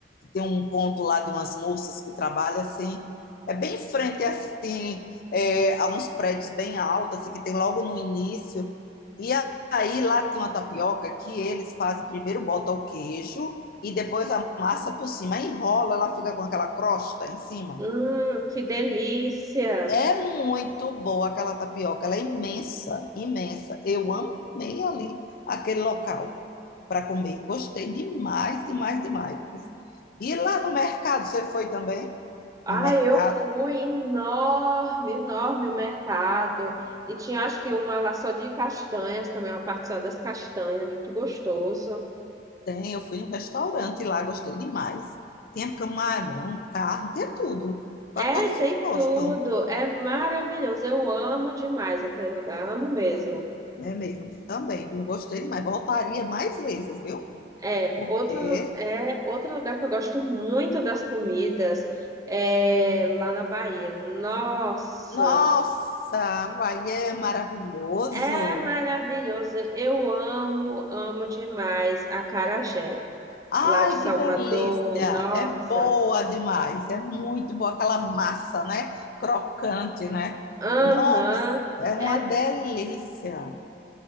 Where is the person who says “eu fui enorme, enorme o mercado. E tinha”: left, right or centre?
Right